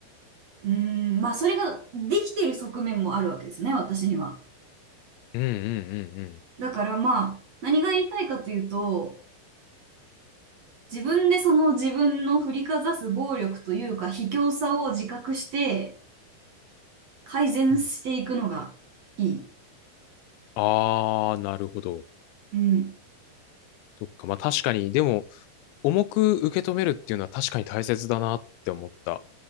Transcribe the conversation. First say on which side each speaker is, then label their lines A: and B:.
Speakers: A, on the right; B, on the left.
A: うーん、まあ、それができてる側面もあるわけですね、私には。
B: うんうんうんう
A: だからまあ、何が言いたいかというと、自分でその自分の振りかざす暴力というか、卑怯さを自覚して、改善していくのがいい。
B: ん。うん。ああー、なるほど。
A: うん。
B: そっか。まあ確かに、でも、重く受け止めるっていうのは確かに大切だなって思った。